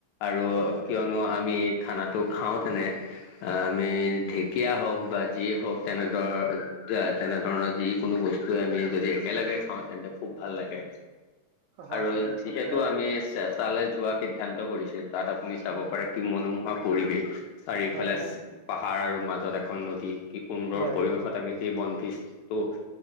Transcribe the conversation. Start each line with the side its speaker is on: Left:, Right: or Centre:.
Left: আৰু
Right: হয় হয়
Left: কিয়নো আমি খানাটো খাওঁতেনে আমি ঢেকীয়া হওক বা যি হওক তেনেদৰ এ তেনে ধৰণৰ যিকোনো বস্তু আমি যদি একেলগে খাওঁ তেন্তে খুব ভাল লাগে।
Right: হয়
Left: আৰু
Right: হয় আচলতে
Left: যিহেতু আমি তালৈ যোৱা সিদ্ধান্ত কৰিছোঁ তাত আপুনি চাব
Right: হয়
Left: পাৰে কি মনোমোহা পৰিৱেশ চাৰিওফালে
Right: হয় হয়
Left: পাহাৰ আৰু মাজত এখন নদী কি সুন্দৰৰ
Right: হয়
Left: পৰিৱেশত আমি সেই বনফিজটো